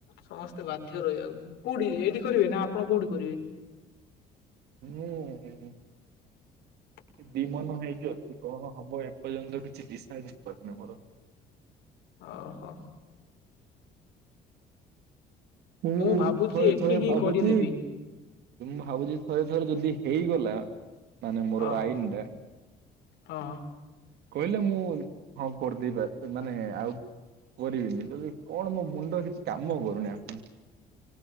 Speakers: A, on the left; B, on the right.
A: ସମସ୍ତେ ବାଧ୍ୟ ରହିବାକୁ। କୋଉଠି ଏଇଠି କରିବେ ନା ଆପଣ କୋଉଠି କରିବେ? <inaudible>
B: ହୁଁ ହୁଁ।
A: <inaudible>
B: ଦି ମନ ହେଇକି ଅଛି କଣ ହବ ଏପର୍ଯ୍ୟନ୍ତ କିଛି ଦିଶାଇଡ ହେଇପାରୁନି ମୋର।
A: ଓ ହୋ।
B: ମୁଁ
A: ଭାବୁଛି
B: ଥରେ
A: ଏଠି
B: ଥରେ
A: ହିଁ
B: ଭାବୁଛି
A: କରିଦେବି
B: ଭାବୁଛି ଥରେ ଥରେ ଯଦି ହେଇଗଲା ମାନେ ମୋର
A: ହଁ
B: ଆଇନ୍ ଟା
A: ହଁ।
B: କହିଲେ ମୁଁ ହଁ କରିଦେଇ ପା ମାନେ ଆଉ କରିବିନି ଜଦି କଣ ମୋ ମୁଣ୍ଡ କିଛି କାମ କରୁନି ଆସିକି।